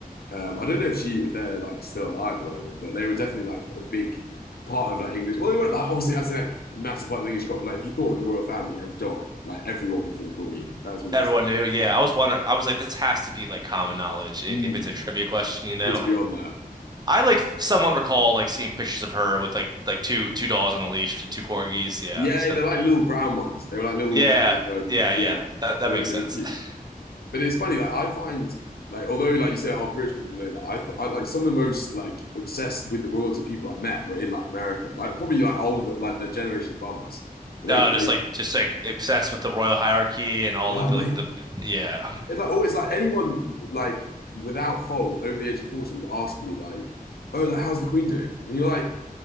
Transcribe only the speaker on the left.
Um, I don't know if she if they're like still alive or whatever, but they were definitely like a big part of like English. Well, they weren't like obviously I say like a massive part of the English crop. but, Like if you thought of the royal family and dog, like everyone would think corgi. That's one
of those things.
Mm,
good to be on there.
Yeah,
they're like little brown ones. They were like little
um
yeah,
they
were, they
were cute.
But it's funny, like I find, like although like you say, oh, British people know that. I, th- I like some of the most like obsessed with the royalty people I met were in like America, like probably like old, like the generation above us. They
were crazy.
Oh
mate,
it's like always like anyone like without fault over the age of forty would ask me like, oh, like how's the Queen doing? And you're like,